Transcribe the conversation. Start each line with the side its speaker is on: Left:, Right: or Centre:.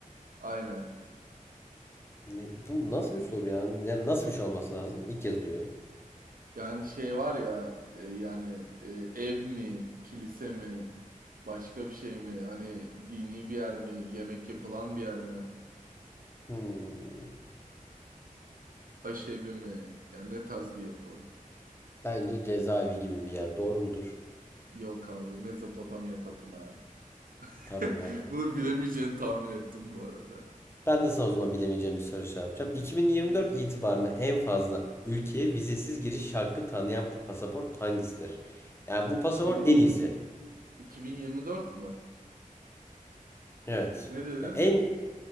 Right: Aynen.
Left: Ne- bu nasıl bir soru ya? Yani nasıl bir şey olması lazım? İlk kez duyuyorum.
Right: Yani şey var ya e, yani e, ev mi, kilise mi, başka bir şey mi? Hani dini bir yer mi, yemek yapılan bir yer mi,
Left: Hmm.
Right: aşevi mi? Yani ne tarz bir yapı?
Left: Bence cezaevi gibi bir yer. Doğru mudur?
Right: Yok abi Mezopotamya Tapınağı.
Left: Tapınak.
Right: <laughs> Bunu bilemeyeceğini tahmin ettim bu arada.
Left: Ben de sana o zaman bilemeyeceğim bir soru şey yapacağım. 2024
Right: Hı,
Left: itibarıyla en fazla ülkeye vizesiz giriş hakkı tanıyan pasaport hangisidir? Yani bu pasaport
Right: 2020,
Left: en iyisi.
Right: 2024 mü?
Left: Evet.
Right: Ne dedin?
Left: Ya en